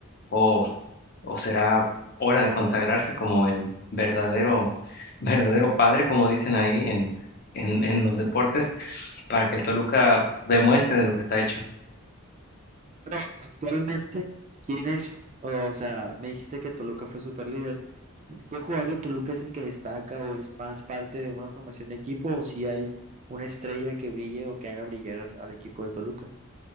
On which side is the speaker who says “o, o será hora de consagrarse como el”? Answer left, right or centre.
Left